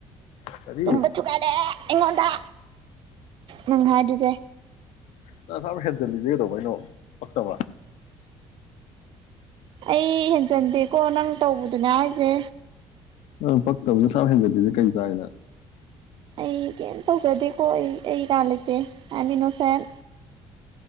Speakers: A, on the left; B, on the right.
A: ꯀꯔꯤ
B: ꯇꯨꯝꯕ ꯊꯨꯒꯥꯏꯔꯦ ꯑꯩꯉꯣꯟꯗ ꯅꯪ ꯍꯥꯏꯗꯨꯁꯦ
A: ꯅꯪ ꯑꯁꯨꯛ ꯌꯥꯝ ꯍꯦꯟꯖꯜꯂꯤꯖꯦ ꯀꯩꯗꯧꯕꯩꯅꯣ ꯄꯛꯇꯕ
B: ꯑꯩ ꯍꯦꯟꯖꯟꯗꯦꯀꯣ ꯅꯪ ꯇꯧꯕꯗꯨꯅꯦ ꯍꯥꯏꯖꯦ
A: ꯑꯪ ꯄꯛꯇꯕꯅ ꯑꯁꯨꯛ ꯌꯥꯝ ꯍꯦꯟꯖꯜꯂꯤꯖꯦ ꯀꯩ ꯆꯥꯏꯒꯦ ꯅꯪ
B: ꯑꯩ ꯀꯩꯝ ꯇꯧꯖꯗꯦꯀꯣ ꯑꯩ ꯑꯩ ꯏꯔꯥꯜ ꯂꯩꯇꯦ ꯑꯥꯏ ꯑꯦꯝ ꯃꯤꯅꯣꯁꯦꯟ